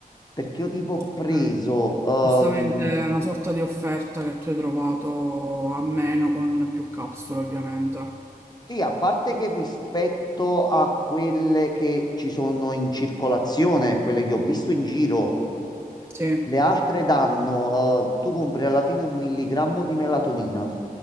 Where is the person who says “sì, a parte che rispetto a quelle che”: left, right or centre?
Left